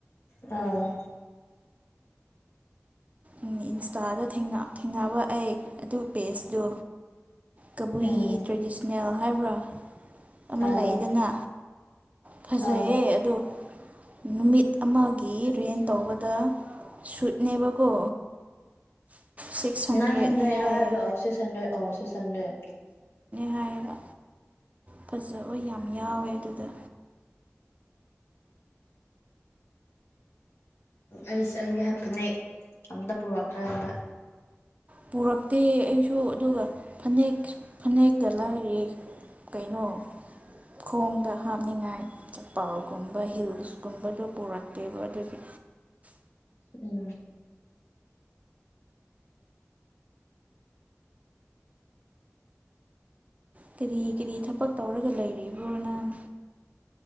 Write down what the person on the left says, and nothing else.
ꯑꯥ
ꯎꯝ
ꯑꯥ
ꯑꯥ
ꯅꯥꯏꯟ ꯍꯟꯗ꯭ꯔꯦꯠ
ꯍꯥꯏꯕ꯭ꯔꯣ ꯑꯣ ꯁꯤꯛ꯭ꯁ ꯍꯟꯗ꯭ꯔꯦꯠ ꯑ ꯁꯤꯛ꯭ꯁ ꯍꯟꯗ꯭ꯔꯦꯠ
ꯑꯩꯁ ꯑꯩꯒꯤ ꯍꯞꯅꯤꯡꯉꯦ ꯑꯝꯇ ꯄꯨꯔꯛꯀꯥꯟꯗ
ꯎꯝ